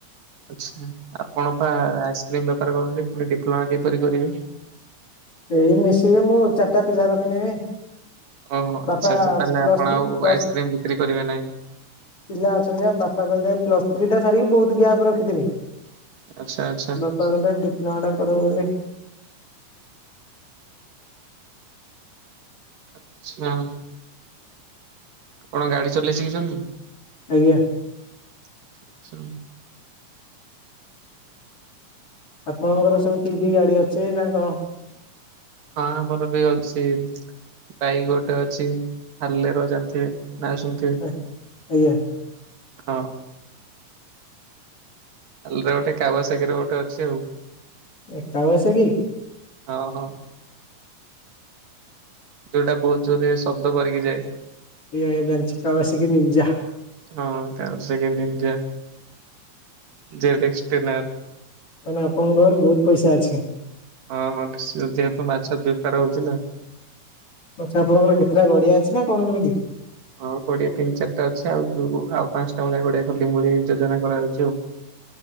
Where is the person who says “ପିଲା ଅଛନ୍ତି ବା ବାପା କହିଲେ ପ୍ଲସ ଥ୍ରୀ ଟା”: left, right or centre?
Left